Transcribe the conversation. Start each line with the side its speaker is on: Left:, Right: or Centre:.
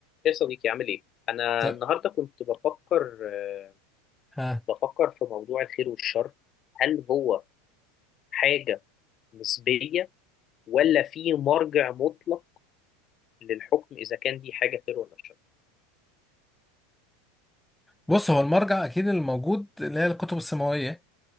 Left: يا صديقي عامل ايه؟ أنا
Centre: طب
Left: النهاردة كنت بفكر آه،
Centre: ها
Left: بفكر في موضوع الخير والشر هل هو حاجة نسبية ولا في مرجع مطلق للحكم إذا كان دي حاجة خير ولا شر؟
Centre: بص هو المرجع اكيد الموجود اللي هي الكتب السماويه